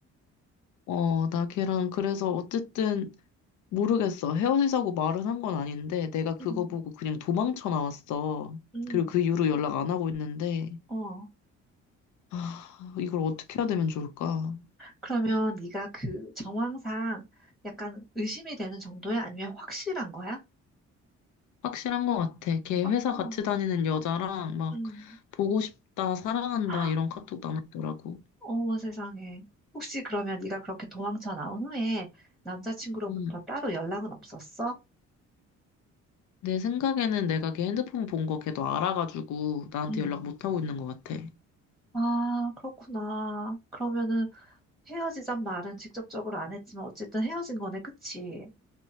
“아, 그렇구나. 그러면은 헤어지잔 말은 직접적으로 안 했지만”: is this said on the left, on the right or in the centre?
Centre